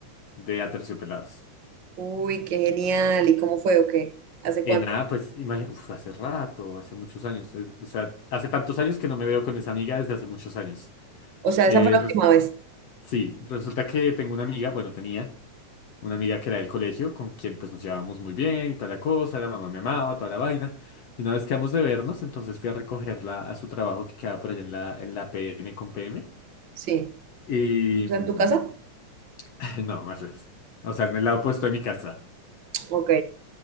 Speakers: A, on the left (about 60°); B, on the right (about 80°).
A: de Aterciopelados.
B: Uy, qué genial. ¿Y cómo fue o qué? ¿Hace
A: Eh,
B: cuánto?
A: nada, pues imagi- uf, hace rato, hace muchos años. es- o sea, hace tantos años que no me veo con esa amiga desde hace muchos años.
B: O sea,
A: Eh,
B: esa fue la última
A: res-
B: vez.
A: sí, resulta que tengo una amiga, bueno, tenía. una amiga que era del colegio, con quien pues nos llevábamos muy bien y toda la cosa, la mamá me amaba, toda la vaina. Y una vez quedamos de vernos, entonces fui a recogerla a su trabajo que quedaba por allá en la, en la PM con PM.
B: Sí.
A: Y...
B: O sea,
A: mm,
B: ¿en tu casa?
A: <laughs> No, más lejos. O sea, en el lado opuesto de mi casa.
B: Ok.